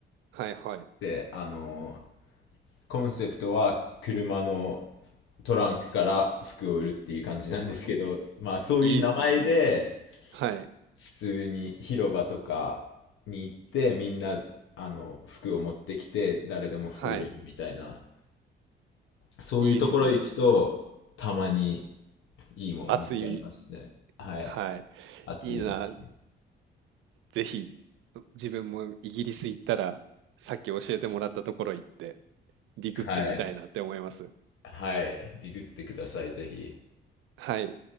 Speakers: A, on the right (about 80°); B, on the left (about 80°).
A: はいはい。
B: て、あの、コンセプトは車のトランクから服を売るっていう感じなんですけど、
A: は
B: まあそういう名前で、
A: い。いいっすね、なんか。はい。
B: 普通に広場とかに行ってみんなあの服を持ってきて誰でも服売れるみたいな
A: はい。
B: そういうところ行くとたまに
A: いいっすね。
B: いいもの見つかりますねはい
A: 熱い。はい。
B: 熱い発見
A: いいな。ぜひ、自分もイギリス行ったら、さっき教えてもらったところ行って、ディグってみたいなって思います。
B: はいはいディグってくださいぜひ
A: はい。